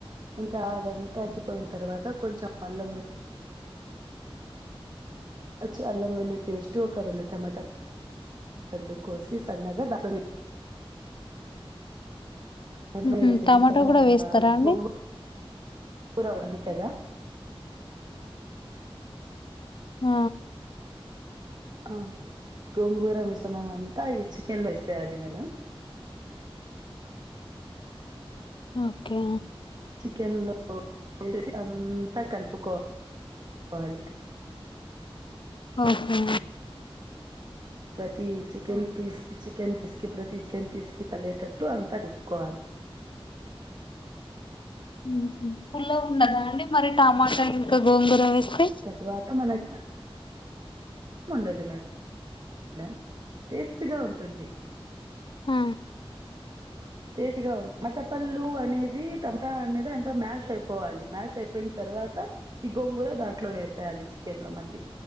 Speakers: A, on the right; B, on the left.
A: ఇంకా, అదంతా, ఇంకిపోయిన, తర్వాత, కొంచెం, అల్లం, అచ్చ, అల్లంవెల్లుల్లి, పేస్ట్, ఒక, రొండుటమాటా, పళ్ళు, కోసి, సన్నగా, దాంట్లోవేయాలి. దాంట్లో
B: హుహు.
A: వేసినవి
B: టమాటా
A: చాలా
B: గూడా
A: ఉన్నాయి
B: వేస్తారా
A: <unintelligible>
B: అండి?
A: గొంగూర కూర ఉంది. కదా,
B: ఆ,
A: ఆ, గోంగూరమిశ్రమం, అంత, ఈ, చికెన్, లో, వేసేయాలి, మేడం,
B: ఓకే,
A: చికెన్లో, వేసిఅంతా, కలుపుకోవాలి.
B: ఆహా,
A: ప్రతి, చికెన్ పీస్, చికెన్ పీస్, కి, ప్రతి చికెన్ పీస్, కి తల్లిటట్టు, అంతా, కలుపుకోవాలి.
B: హామ్, హు, పుల్లగాఉండదా, అండి, మరి, టమాటా, ఇంకా, గోంగూరవేస్తే,
A: తరువాత, మనకి, <unintelligible> ఉండదు మేడం మేడం టేస్ట్ గా ఉంటుంది.
B: ఆ
A: <unintelligible> పళ్ళు, అనేది, టమోటా, అనేది, అంత, మ్యాష్, అయిపోవాలి. మ్యాష్, అయిపోయిన, తర్వాత, ఈ, గోంగూర, దాంట్లో, వేసేయాలి. చికెన్లో, మళ్ళీ,